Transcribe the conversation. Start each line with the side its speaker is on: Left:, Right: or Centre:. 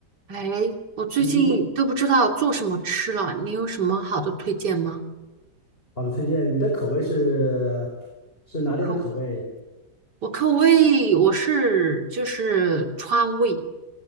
Right: 哎，我最近都不知道做什么吃了，
Left: 嗯，
Right: 你有什么好的推荐吗？
Left: 好的，推荐你的口味是是哪里的口味？
Right: 口，我口味我是就是川味，